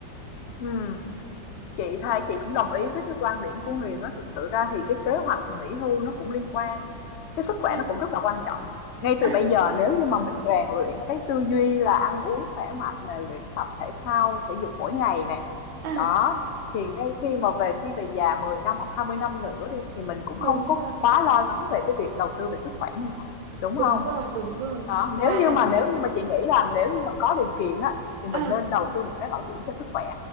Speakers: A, on the left; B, on the right.
A: ừ chị thay chị cũng đồng ý với cái quan điểm của Huyền á thực sự ra thì cái kế hoạch mà nghỉ hưu nó cũng liên quan cái sức khỏe
B: à,
A: nó cũng rất là quan trọng ngay
B: à,
A: từ bây giờ nếu như mà mình rèn luyện cái tư duy là ăn uống khỏe mạnh nè luyện tập thể thao thể dục mỗi ngày nè
B: à,
A: Đó, thì ngay khi mà về khi về già 10 năm hoặc 20 năm nữa đi thì mình cũng
B: đúng
A: không có
B: rồi
A: quá lo lắng về cái việc đầu tư về sức khỏe như vậy, đúng
B: đúng
A: không?
B: rồi đúng rồi
A: Đó, nếu
B: mà
A: như mà nếu như mà chị nghĩ là nếu như mà có điều kiện á thì mình
B: à,
A: nên đầu tư một cái bảo hiểm cho sức khỏe.